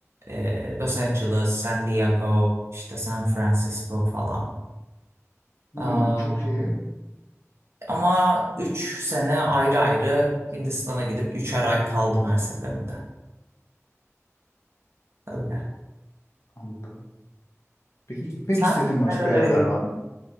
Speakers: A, on the right (about 55°); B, on the left (about 70°).
A: e, Los Angeles, San Diego, işte San Francisco falan.
B: Hmm,
A: Aa,
B: çok iyi.
A: ama 3 sene ayrı ayrı Hindistan'a gidip üçer ay kaldım her seferinde. Öyle.
B: Anladım. Peki gitmek
A: Sen
B: istediğin başka
A: nerelere
B: yerler
A: gittin?
B: var mı?